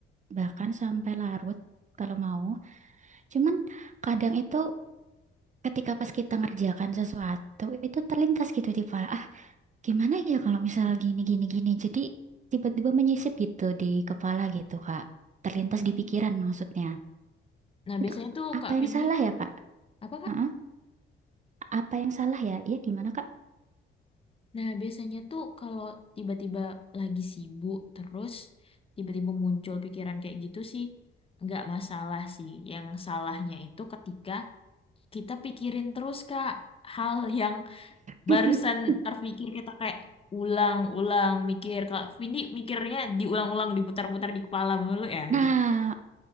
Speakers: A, on the right; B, on the left.
A: bahkan sampai larut kalau mau. Cuman kadang itu ketika pas kita ngerjakan sesuatu itu terlintas gitu di kepala ah gimana ya kalau misal gini gini gini jadi tiba-tiba menyisip gitu di kepala gitu kak terlintas
B: Hmm.
A: di pikiran maksudnya
B: Nah,
A: itu
B: biasanya tuh
A: apa
B: Kak
A: yang
B: Vindi,
A: salah ya kak
B: apa Kak?
A: Heeh. apa yang salah ya iya gimana kak
B: Nah, biasanya tuh kalau tiba-tiba lagi sibuk terus tiba-tiba muncul pikiran kayak gitu sih nggak masalah sih. Yang salahnya itu ketika kita pikirin terus Kak hal yang
A: <laughs>
B: barusan terpikir kita kayak ulang-ulang mikir kalau Vindi mikirnya diulang-ulang diputar-putar di kepala mulu ya
A: nah
B: gitu.